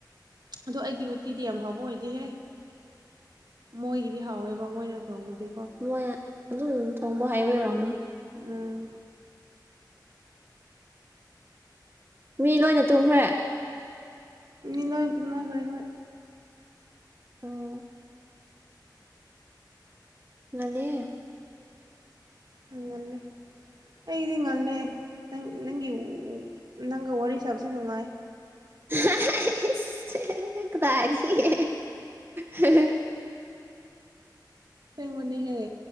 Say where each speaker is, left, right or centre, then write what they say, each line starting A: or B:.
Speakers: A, on the right; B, on the right.
A: ꯑꯗꯣ ꯑꯩꯒꯤ ꯎꯠꯇꯤꯗꯤ ꯌꯥꯝ ꯍꯥꯎꯕ ꯑꯣꯏꯗꯤꯍꯦ ꯃꯣꯏꯒꯤꯗꯤ ꯍꯥꯎꯋꯦꯕ ꯃꯣꯏꯅ ꯊꯣꯡꯕꯗꯤ
B: ꯃꯣꯏ ꯑꯗꯨꯝ ꯊꯣꯡꯕ ꯍꯩꯕ ꯑꯣꯏꯔꯝꯒꯅꯤ
A: ꯎꯨꯝ
B: ꯃꯤ ꯂꯣꯏꯅ ꯇꯨꯝꯒ꯭ꯔꯦ
A: ꯃꯤꯂꯣꯏ ꯇꯨꯝꯅꯒ꯭ꯔꯦ ꯍꯣꯏ
B: ꯑꯣ ꯉꯜꯂꯤꯍꯦ
A: ꯎ ꯉꯜꯂꯦ ꯑꯩꯗꯤ ꯉꯜꯂꯦ ꯅꯪꯒꯤ ꯅꯪꯒꯤ ꯅꯪꯒ ꯋꯥꯔꯤ ꯁꯥꯕꯁꯦ ꯅꯨꯡꯉꯥꯏ
B: ꯍꯥ-ꯍꯥ-ꯍꯥ ꯍꯥꯏꯁ ꯀꯗꯥꯏꯗꯒꯤ ꯍꯥ-ꯍꯥ-ꯍꯥ
A: ꯁꯦꯡꯕꯅꯤ ꯍꯦ